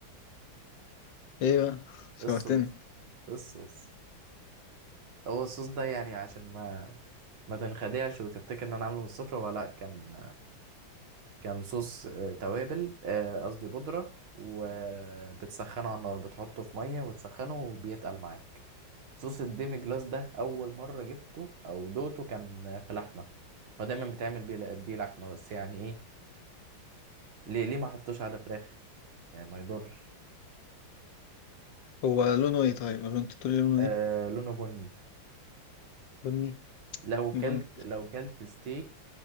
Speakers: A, on the left; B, on the right.
A: ايه بقى شوقتني
B: الصوص الصوص هو الصوص ده يعني عشان ما ما تنخدعش وتفتكر ان انا عامله من الصفر ولا لا كان كان صوص آه، توابل آه، قصدي بودرة وبتسخنه على النار بتحطه في مية وتسخنه وبيتقل معاك صوص الديمي جلاس ده أول مرة جبته أو دوقته كان آه، في لحمة هو دايما بيتعمل بيه بيه لحمة بس يعني إيه ليه, ليه ما حطوش على فراخ يعني ما يضرش
A: هو لونه ايه طيب ولا انت تقول لي لونه
B: آه
A: ايه
B: لونه بني
A: بني
B: لو كلت
A: بني
B: لو كلت ستيك